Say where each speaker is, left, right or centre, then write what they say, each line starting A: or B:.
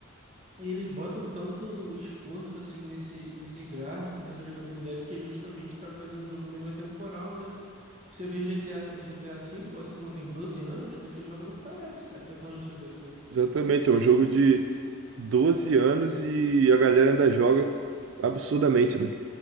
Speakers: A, on the right; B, on the right.
A: E eles botam tanto esforço, assim, nesse, nesse gráfico, nessa jogabilidade, que é justamente para fazer um jogo meio atemporal, né? Você vê GTA, GTA V, igual você falou, tem 12 anos, mas você joga não parece, cara, que é tão antigo assim.
B: Exatamente, é um jogo de 12 anos e a galera ainda joga absurdamente, né?